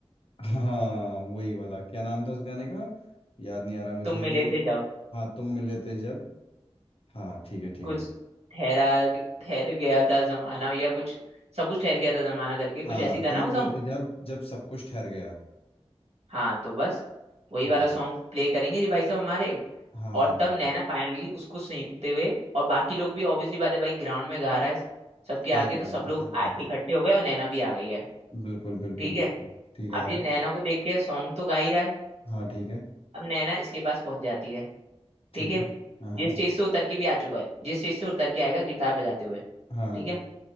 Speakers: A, on the left (about 60°); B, on the right (about 75°).
A: हाँ वही वाला क्या नाम था उस गाने का याद नहीं आ रहा मुझे
B: तुम मिले थे जब
A: हाँ तुम मिले थे जब हाँ ठीक है ठीक
B: कुछ
A: है
B: ठहरा ठहर गया था जमाना या कुछ सब कुछ ठहर गया था जमाना करके
A: हाँ
B: कुछ ऐसी था
A: तुम
B: ना वो
A: मिले
B: सॉन्ग
A: थे जब जब सब कुछ ठहर गया
B: हाँ तो बस वही
A: हाँ
B: वाला सॉन्ग प्ले करेंगे जी भाई साहब हमारे
A: हाँ
B: और तब नैना फाइनली उसको सुनते हुए और बाकी लोग भी ऑब्वियसली बात है भाई ग्राउंड में गा रहा है सबके
A: सही
B: आगे तो
A: बात
B: सब
A: है
B: लोग
A: सही
B: आ-
A: बात
B: इकट्ठे
A: है
B: हो गए और नैना भी आ गई है
A: बिल्कुल बिल्कुल
B: ठीक है
A: बिल्कुल ठीक है
B: अब ये
A: अभी
B: नैना को देख के सॉन्ग तो गा ही रहा है
A: हाँ ठीक है
B: अब नैना इसके पास पहुंच जाती है
A: ठीक
B: ठीक है
A: है हाँ हाँ
B: जिस स्टेज से उतर के भी आ चुका है जिस स्टेज से उतर के आएगा गिटार बजाते हुए
A: हाँ
B: ठीक है